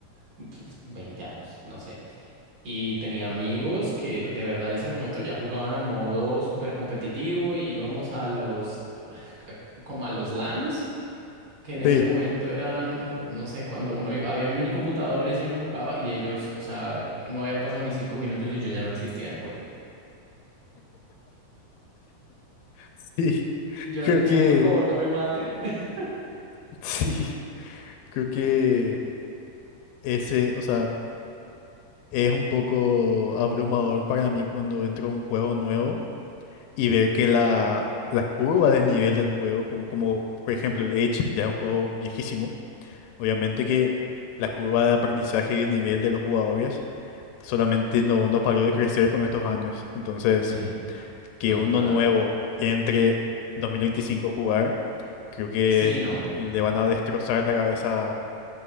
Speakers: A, on the right; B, on the left.
A: pues, 20 años, no sé. Y tenía amigos que de verdad en ese momento ya jugaban a modo súper competitivo y íbamos a los, <laughs> como a los LANs, que en ese
B: Sí,
A: momento eran, no, pues no sé, cuando uno iba, había mil computadores y uno jugaba y ellos, o sea, no habían pasado ni cinco minutos y yo ya no existía en el juego.
B: <laughs> sí,
A: Y yo
B: creo
A: así como,
B: que,
A: por favor, no me maten. <laughs>
B: <laughs> sí, creo que ese, o sea, es un poco abrumador para mí cuando entro a un juego nuevo y ver que la, la curva del nivel del juego, como, como por ejemplo el Age, ya es un juego viejísimo, Obviamente que la curva de aprendizaje y de nivel de los jugadores solamente no, no paró de crecer con estos años. Entonces,
A: Sí,
B: que
A: total.
B: uno nuevo entre 2025 a jugar, creo que
A: Sí, no,
B: le van a destrozar la cabeza